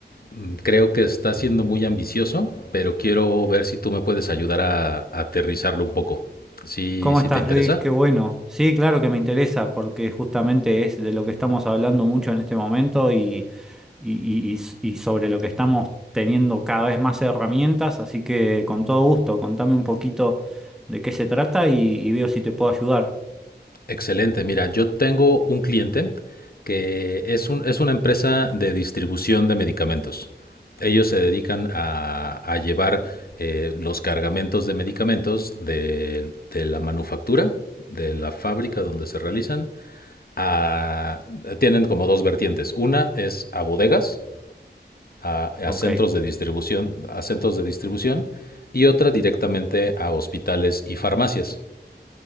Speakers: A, on the left; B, in the centre.
A: mm, creo que está siendo muy ambicioso, pero quiero ver si tú me puedes ayudar a, a aterrizarlo un poco. ¿Sí,
B: ¿Cómo
A: sí
B: estás,
A: te interesa?
B: Luis? Qué bueno. Sí, claro que me interesa porque justamente es de lo que estamos hablando mucho en este momento y, y- y- y s- y sobre lo que estamos teniendo cada vez más herramientas, así que con todo gusto, contame un poquito de qué se trata y, y veo si te puedo ayudar.
A: Excelente. Mira, yo tengo un cliente que es un- es una empresa de distribución de medicamentos. Ellos se dedican a, a llevar eh, los cargamentos de medicamentos de, de la manufactura, de la fábrica donde se realizan, a- tienen como dos vertientes. Una es a bodegas, a,
B: Ok,
A: a centros de distribución, a centros de distribución, y otra directamente a hospitales y farmacias.